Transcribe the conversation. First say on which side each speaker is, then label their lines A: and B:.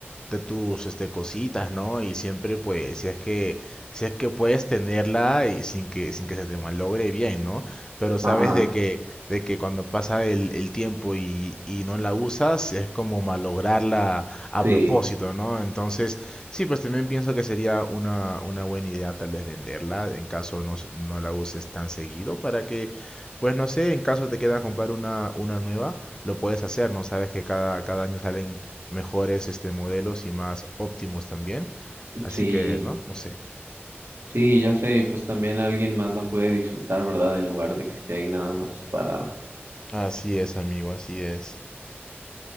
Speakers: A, on the left; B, on the right.
A: de tus este cositas, ¿no? Y siempre pues si es que si es que puedes tenerla y sin que sin que se te malogre bien, ¿no? Pero sabes
B: ajá,
A: de que de que cuando pasa el, el tiempo y, y no la usas es como malograrla a
B: sí,
A: propósito, ¿no? Entonces, sí, pues también pienso que sería una una buena idea tal vez venderla en caso no s- no la uses tan seguido para que pues no sé, en caso te queda comprar una, una nueva, lo puedes hacer, ¿no? Sabes que cada, cada año salen mejores este modelos y más óptimos también. Así
B: sí,
A: que, ¿no? No sé.
B: sí, ya sé, y pues también alguien más la puede disfrutar, ¿verdad? En lugar de que esté ahí nada más parada.
A: Así es, amigo, así es.